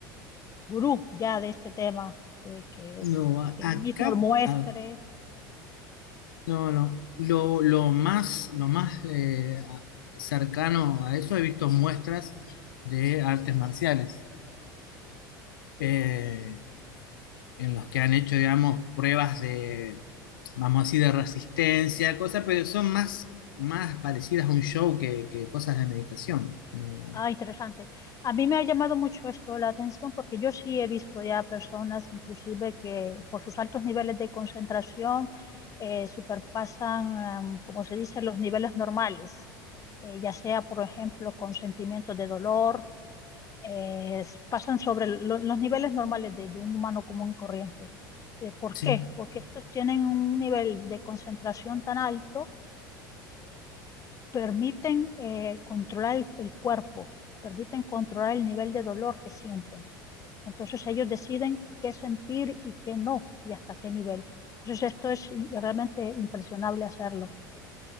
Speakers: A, on the left; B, on the left.
A: gurú ya de este tema eh, que, es,
B: No, a-
A: que él
B: acá,
A: mismo muestre?
B: a- no, no. Lo, lo más, lo más eh, a- cercano a eso he visto muestras de artes marciales eh, en los que han hecho, digamos, pruebas de, vamos así, de resistencia, cosas, pero son más, más parecidas a un show que, que cosas de meditación. No,
A: Ah, interesante. A mí me ha llamado mucho esto la atención porque yo sí he visto ya personas, inclusive, que por sus altos niveles de concentración eh, superpasan, em, como se dice, los niveles normales, Eh, ya sea, por ejemplo, con sentimientos de dolor, eh, s- pasan sobre lo- los niveles normales de, de un humano común y corriente. Eh, ¿por
B: sí.
A: qué? Porque estos tienen un nivel de concentración tan alto permiten eh, controlar el, el cuerpo, permiten controlar el nivel de dolor que sienten. Entonces ellos deciden qué sentir y qué no y hasta qué nivel. Entonces esto es i- realmente impresionable hacerlo.